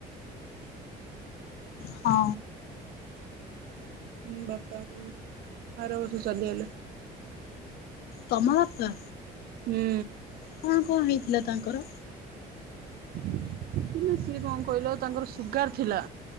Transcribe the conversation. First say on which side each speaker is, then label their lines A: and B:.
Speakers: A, on the left; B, on the right.
A: ହଁ।
B: ହୁଁ ବାପାଉୁଁ ଆର ବର୍ଷ ଚାଲିଗଲେ।
A: ତମ ବାପା।
B: ଉୁଁ।
A: କଣ କଣ ହେଇଥିଲା ତାଙ୍କର?
B: <inaudible> ସିଏ କଣ କହିଲ ତାଙ୍କର ସୁଗାର ଥିଲା